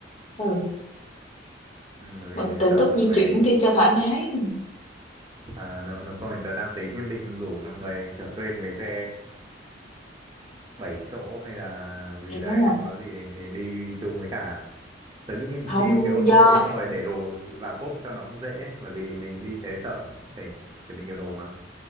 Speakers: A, on the left; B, on the right.
A: ừ
B: ừ, bởi vì
A: mọi- tự
B: sợ
A: túc
B: mọi
A: di
B: người
A: chuyển đi cho thoải mái
B: à, nếu, nếu không thì tớ đang tính nhất định rủ mọi người kiểu thuê một cái xe bảy chỗ hay là gì
A: à,
B: đấy có gì thì đi chung với cả tớ nghĩ
A: không
B: đi một cái ô tô
A: do
B: thế xong rồi để đồ và cốp cho nó cũng dễ bởi vì mình đi thế sợ phải chuẩn bị nhiều đồ mà